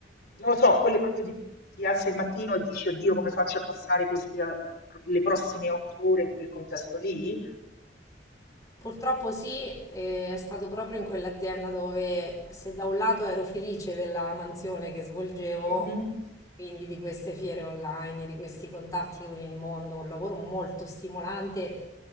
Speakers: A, on the left; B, on the left.
A: non lo so, quelle proprio di ti alzi il mattino e dici, oddio, come faccio a passare queste, eh, le prossime otto ore in quel contesto lì?
B: Purtroppo sì, e è stato proprio in quell'azienda dove se da un lato ero felice della mansione che svolgevo,
A: Mhm,
B: quindi di queste fiere online, di questi contatti con il mondo, un lavoro molto stimolante,